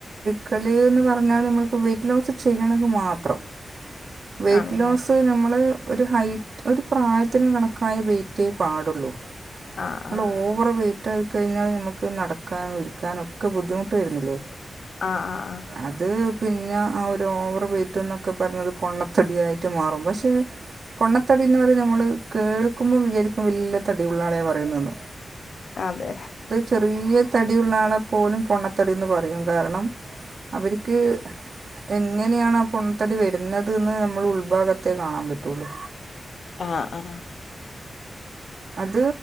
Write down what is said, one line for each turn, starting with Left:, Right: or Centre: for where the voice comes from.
Right: ക്കല് എന്ന് പറഞ്ഞാല് നമ്മുക്ക് വെയിറ്റ് ലോസ് ചെയ്യണങ്കിൽ മാത്രം വെയ്റ്റ്
Left: ആണല്ലേ
Right: ലോസ് ഞമ്മള് ഒരു ഹൈറ്റ് ഒരു പ്രായത്തിനും കണക്കായ വെയിറ്റേ പാടുള്ളൂ
Left: ആഹ്
Right: നമ്മള്
Left: ആഹ്
Right: ഓവർ വെയിറ്റ് ആയി കഴിഞ്ഞാല് നമ്മുക്ക് നടക്കാനും ഒരുക്കാനും ഒക്കെ ബുദ്ധിമുട്ട് വരുന്നില്ലേ
Left: ആ ആ ആ
Right: അത് പിന്നെ ആ ഒരു ഓവർ വെയ്റ്റ് എന്നൊക്കെ പറഞ്ഞത് പൊണ്ണത്തടി ആയിട്ട് മാറും പക്ഷെ പൊണ്ണത്തടി എന്ന് പറയുന്നെ നമ്മള് കേൾക്കുമ്പം വിചാരിക്കും വല്യ തടി ഉള്ളാളെ പറയുന്നെന്ന്
Left: അതെ
Right: ചെറിയ തടി ഉള്ള ആളെപ്പോലും പൊണ്ണത്തടിന്ന് പറയും കാരണം അവർക്ക് എങ്ങനെയാണ് ആ പൊണ്ണത്തടി വരുന്നത് ന്ന് നമ്മൾ ഉൾഭാഗത്തെേ കാണാൻ പറ്റുള്ളു
Left: ആ ആ
Right: അത്